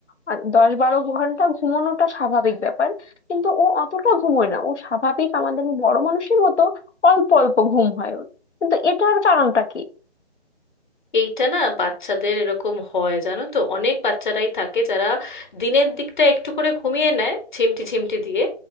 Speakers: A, on the left; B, on the left.
A: আ- দশ বারো ঘন্টা ঘুমানোটা স্বাভাবিক ব্যাপার কিন্তু ও অতটা ঘুমোয় না ও স্বাভাবিক আমাদের বড় মানুষের মতো অল্প অল্প ঘুম হয় ওর কিন্তু এটার কারণটা কি
B: এইটা না বাচ্চাদের এরকম হয় জানো তো অনেক বাচ্চারাই থাকে যারা দিনের দিকটা একটু করে ঘুমিয়ে নেয় ঝিমটি ঝিমটি দিয়ে